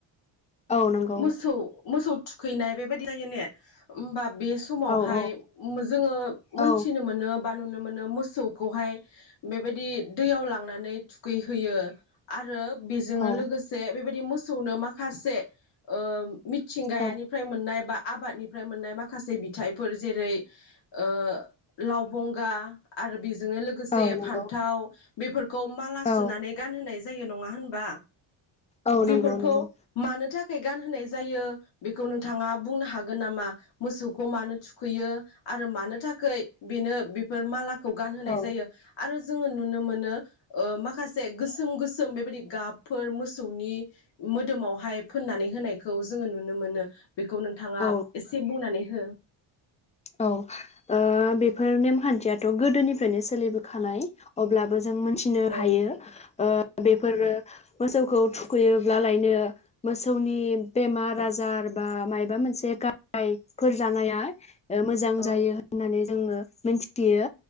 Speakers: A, on the left; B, on the left.
A: औ नंगौ
B: मोसौ मोसौ थुखैनाय बेबायदि जायो ने? ओमबा बे समाव
A: औ
B: फाय
A: औ
B: उम जोङो मोनथिनो
A: औ
B: मोनो बा नुनो मोनो मोसौखौहाय बेबायदि दैयाव लांनानै थुखैहैयो आरो बेजोंनो
A: औ
B: लोगोसे बेबायदि मोसौनो माखासे ओ मिथिंगायानिफ्राय
A: औ
B: मोननाय बा आबादनिफ्राय मोननाय माखासे बिथाइ फोर जेरै ओ लावबंगा आरो बे जोंनो लोगोसे
A: औ नंगौ
B: फान्थाव बेफोर खौ माला सुनानै
A: औ
B: गानहोनाय जायो नङा होनबा?
A: औ
B: बेफोरखौ
A: नंगौ नंगौ
B: मानो था खाय गानहोनाय जायो बेखौ नोंथाङा बुंनो हागोन नामा मोसौखौ मानो थु खैयो आरो मानो थाखै बेनो बेफोर माला खौ गानहोनाय
A: औ
B: जायो आरो जोङो नुनो मोनो ओ माखासे गोसोम गोसोम बेबायदि गाबफोर मोसौनि मोदोमावहाय फोननानै होनायखौ जोङो नुनो मोनो। बेखौ नोंथाङा
A: औ
B: एसे बुंनानै हो।
A: औ ओ बेफोर नेमखान्थियाथ' गोदोनिफ्रायनो सोलिबोखानाय अब्लाबो जों मोनथिनो
B: औ
A: हायो ओ बेफोरो मोसौखौ थुखैयोब्लालायनो मोसौनि बेमार आजार बा मायबा मोनसे गाहायफोर जानाया ओ मोजां
B: औ
A: जायो होननानै जोङो मिथियो